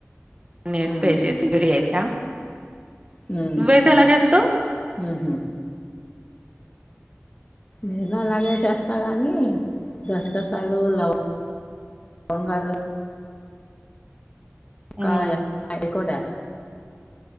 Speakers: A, on the right; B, on the left.
A: అన్నేసి
B: హుహు.
A: పేస్ట్ చేసి పెరుగు వేసా
B: హ్మ్.
A: నువ్వైతే ఎలా చేస్తావ్
B: హుహు. నేను అలాగే చేస్తా కానీ గసగసాలు, లవ్ బొంగాలు
A: హ్మ్.
B: కాయ అడికూడాస్